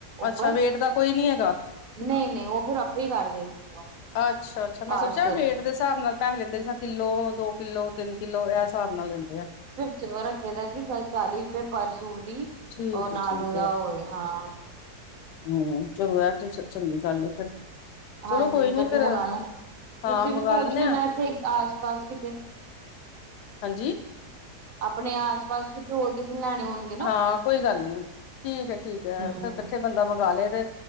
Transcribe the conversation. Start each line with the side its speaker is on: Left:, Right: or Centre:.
Right: ਉੱਪਰ
Left: ਅੱਛਾ ਵੇਟ ਦਾ ਕੋਈ ਨੀ ਹੈਗਾ।
Right: ਨਹੀਂ- ਨਹੀਂ, ਉਹ ਫ਼ਿਰ ਆਪੇ ਹੀ ਕਰ ਦੇਣਗੇ।
Left: ਅੱਛਾ- ਅੱਛਾ
Right: ਪਾਰਸਲ
Left: ਮੈਂ ਸੋਚਿਆਂ ਵੇਟ ਦੇ ਹਿਸਾਬ ਨਾਲ ਪੈਹੇ ਲੈਂਦੇ, ਜਾਂ ਕਿੱਲੋ ਦੋ ਕਿੱਲੋ। ਤਿੰਨ ਕਿੱਲੋ, ਐਹ ਹਿਸਾਬ ਨਾਲ ਲੈਂਦੇਂ ਐ।
Right: ਉਹ ਰੱਖਿਆਂ ਦਾ ਕਿ ਚਾਲੀ ਰੁਪਏ ਪਰ ਸੂਟ ਦੀ,
Left: ਠੀਕ
Right: ਔਰ ਨਾਲ
Left: ਹੈ ਠੀਕ
Right: ਉਹਦਾ ਹੋਏ, ਹਾਂ।
Left: ਹੂੰ, ਚਲੋ ਐਹ ਚੀਜ਼ ਤੇ ਚੰਗੀ ਗੱਲ ਐ ਫਿਰ। ਚਲੋ
Right: ਹਾਂਜੀ
Left: ਕੋਈ ਨੀ
Right: ਕੱਠੇ
Left: ਫੇਰ
Right: ਮੰਗਾਲਾ,
Left: ਹਾਂ
Right: ਤੁਸੀਂ
Left: ਮੰਗਵਾ
Right: ਵੀ ਪੂਛ
Left: ਲੈਂਦੇ
Right: ਲੈਣਾ
Left: ਆ
Right: ਇੱਥੇਂ ਆਸ-ਪਾਸ ਕਿਤੇ।
Left: ਹਾਂਜੀ।
Right: ਆਪਣੇ ਆਸ- ਪਾਸ ਕਿਤੇ, ਹੋਰ ਕਿਸੇ ਨੇ ਲੈਣੇ ਹੋਣ।
Left: ਹਾਂ ਕੋਈ ਗੱਲ ਨੀ, ਠੀਕ ਐ-ਠੀਕ ਐ,
Right: ਹੂੰ
Left: ਫ਼ਿਰ ਇਕੱਠੇ ਬੰਦਾ ਮੰਗਾ ਲੇ ਤੇ।